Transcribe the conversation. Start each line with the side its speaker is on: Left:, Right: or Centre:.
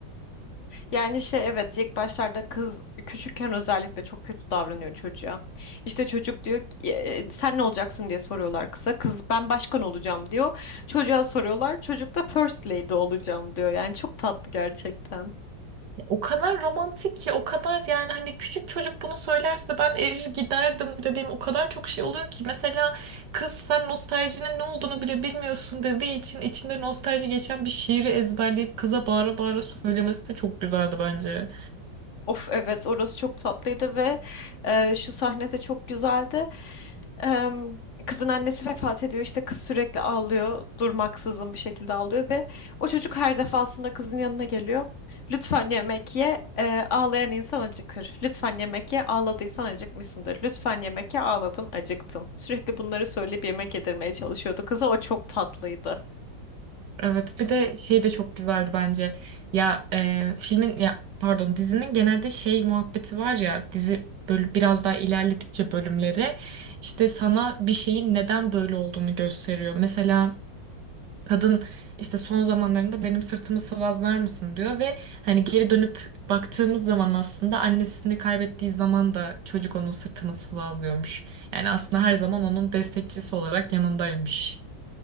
Left: Yani şey evet ilk başlarda kız küçükken özellikle çok kötü davranıyor çocuğa. İşte çocuk diyor ki, "E, e, sen ne olacaksın diye soruyorlar kıza. Kız ben başkan olacağım diyor. Çocuğa soruyorlar. Çocuk da first lady olacağım diyor. Yani çok tatlı gerçekten.
Right: O kadar romantik ki o kadar yani hani küçük çocuk bunu söylerse ben erir giderdim dediğim o kadar çok şey oluyor ki mesela kız sen nostaljinin ne olduğunu bile bilmiyorsun dediği için içinde nostalji geçen bir şiiri ezberleyip kıza bağıra bağıra söylemesi de çok güzeldi bence.
Left: Of evet orası çok tatlıydı ve e, şu sahne de çok güzeldi. Em, kızın annesi vefat ediyor işte kız sürekli ağlıyor durmaksızın bir şekilde ağlıyor ve o çocuk her defasında kızın yanına geliyor. Lütfen yemek ye e, ağlayan insan acıkır. Lütfen yemek ye ağladıysan acıkmışsındır. Lütfen yemek ye ağladın acıktın. Sürekli bunları söyleyip yemek yedirmeye çalışıyordu kıza o çok tatlıydı.
Right: Evet bir de şey de çok güzeldi bence ya e, filmin ya pardon dizinin genelde şey muhabbeti var ya dizi böyle biraz daha ilerledikçe bölümleri işte sana bir şeyin neden böyle olduğunu gösteriyor. Mesela Kadın işte son zamanlarında benim sırtımı sıvazlar mısın diyor ve hani geri dönüp baktığımız zaman aslında annesini kaybettiği zaman da çocuk onun sırtını sıvazlıyormuş. Yani aslında her zaman onun destekçisi olarak yanındaymış.